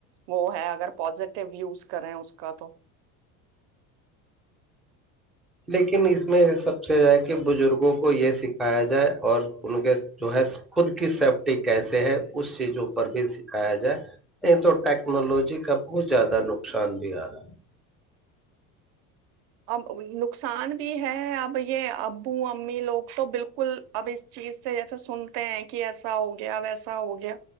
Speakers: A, on the right; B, in the centre.
A: وہ ہے اگر پزیٹیو یوز کریں اس کا تو
B: لیکن اس میں سب سے ہے کہ بزرگوں کو یہ سکھایا جائے اور ان کے جو ہے خود کی سیفٹی کیسے ہے اس چیزوں پر بھی سکھایا جائے نہیں تو ٹیکنالوجی کا بہت زیادہ نقصان بھی آ رہا ہے
A: اب نقصان بھی ہے اب یہ ابو امی لوگ تو بالکل اب اس چیز سے جیسے سنتے ہیں کہ ایسا ہو گیا ویسا ہو گیا